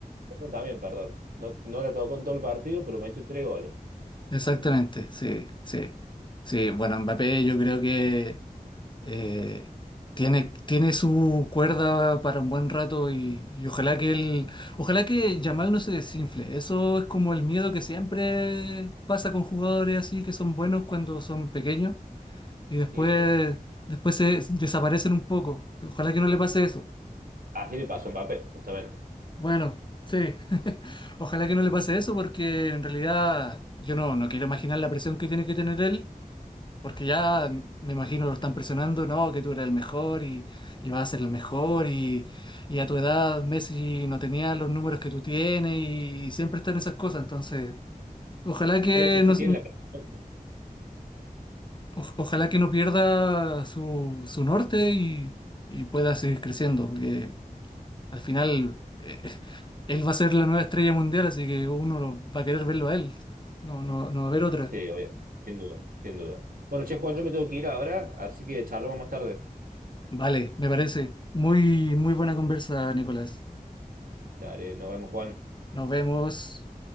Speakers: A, on the right (about 75°); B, on the left (about 30°).
A: perdón, también, perdón. No, no la tocó en todo el partido, pero metió tres goles.
B: Exactamente, sí, sí. Sí, bueno, Mbappé yo creo que eh, tiene, tiene su cuerda para un buen rato y, y ojalá que él, ojalá que Yamal no se desinfle. Eso es como el miedo que siempre pasa con jugadores así que son buenos cuando son pequeños y después,
A: Y sí,
B: después se desaparecen un poco. Ojalá que no le pase eso.
A: así le pasó a Mbappé, justamente.
B: Bueno, sí. <laughs> Ojalá que no le pase eso porque en realidad yo no, no quiero imaginar la presión que tiene que tener él Porque ya me imagino lo están presionando, no, que tú eres el mejor y, y vas a ser el mejor y, y a tu edad Messi no tenía los números que tú tienes y, y siempre están esas cosas. Entonces, ojalá que
A: Sí, sí, sí,
B: no,
A: tiene la... perfección.
B: o- ojalá que no pierda su, su norte y, y pueda seguir creciendo. Porque al final eh, él va a ser la nueva estrella mundial, así que uno lo- va a querer verlo a él. No, no, no va a haber otra.
A: Sí, obvio, sin duda, sin duda. Bueno, che, Juan, yo me tengo que ir ahora, así que charlamos más tarde.
B: Vale, me parece. Muy, muy buena conversa, Nicolás.
A: Dale, nos vemos, Juan.
B: Nos vemos.